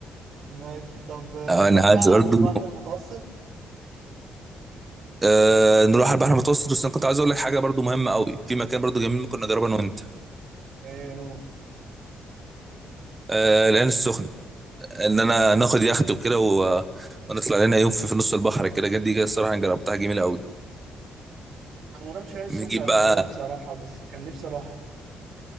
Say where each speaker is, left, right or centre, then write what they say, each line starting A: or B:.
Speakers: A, on the right; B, on the right.
A: ماشي طب آه،
B: آه،
A: نروح
B: انا عايز
A: بقى
B: برضه
A: على البحر المتوسط
B: آه نروح على البحر المتوسط بس انا كنت عايز اقول لك حاجه برضو مهمه قوي في مكان برضو جميل ممكن نجربه انا وانت
A: ايه هو
B: آه العين السخنه ان انا ناخد يخت وكده و... ونطلع لنا يوم في, في نص البحر كده جد دي الصراحه انا جربتها جميله قوي
A: انا ما رحتش العين السخنة
B: بنجيب
A: قبل
B: بقى
A: كده بصراحة بس كان نفسي اروح